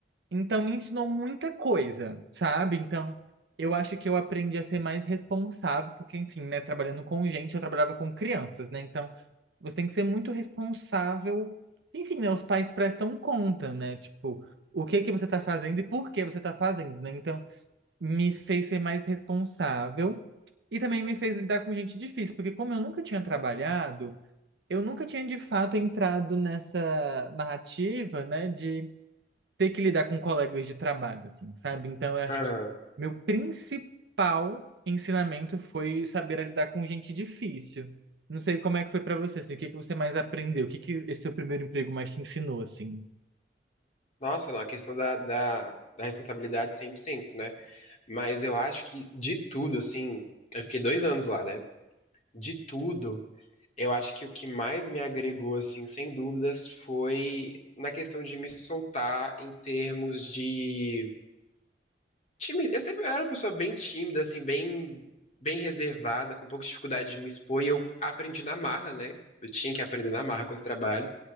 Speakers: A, on the right; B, on the left.
A: Então me ensinou muita coisa, sabe? Então eu acho que eu aprendi a ser mais responsável, porque enfim, né, trabalhando com gente, eu trabalhava com crianças, né? Então você tem que ser muito responsável. Enfim, né, os pais prestam conta, né? Tipo, o que que você tá fazendo e por que você tá fazendo, né? Então me fez ser mais responsável e também me fez lidar com gente difícil, porque como eu nunca tinha trabalhado, eu nunca tinha de fato entrado nessa narrativa, né, de ter que lidar com colegas de trabalho, assim, sabe? Então, eu acho
B: aham.
A: que meu principal ensinamento foi saber lidar com gente difícil. Não sei como é que foi pra você, assim, o que que você mais aprendeu? O que que esse seu primeiro emprego mais te ensinou, assim?
B: Nossa, não, a questão da, da, da responsabilidade 100%, né? Mas eu acho que de tudo, assim, eu fiquei dois anos lá, né? De tudo. Eu acho que o que mais me agregou, assim, sem dúvidas, foi na questão de me soltar em termos de tímida. Eu sempre era uma pessoa bem tímida, assim, bem, bem reservada, com pouca dificuldade de me expor, e eu aprendi na marra, né? Eu tinha que aprender na marra com esse trabalho,